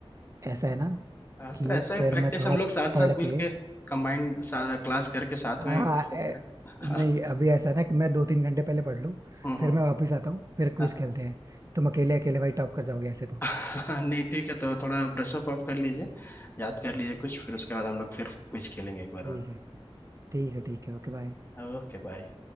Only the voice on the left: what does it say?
हाँ
तो ऐसा ही
प्रैक्टिस
हम लोग साथ
साथ मिल
के कंबाइंड क्लास करके साथ
में कर सकते
हैं <laughs> हाँ,
हम्म
हम्म
हाँ,
अच्छा <laughs> नहीं ठीक है तो थोड़ा ब्रशअप अप कर लीजिए याद कर लीजिए कुछ फिर उसके बाद हम लोग फिर कुछ खेलेंगे एक बार
और
Okay bye